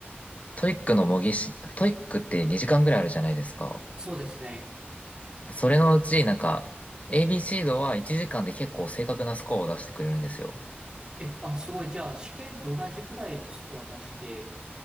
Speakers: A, on the left; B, on the right.
A: トイックの模擬試、トイックって2時間ぐらいあるじゃないですか。
B: そうですね。
A: それのうち、なんか、ABC 度は1時間で結構正確なスコアを出してくれるんですよ。
B: え、あ、すごい。じゃあ、試験と同じぐらいのスコア出して、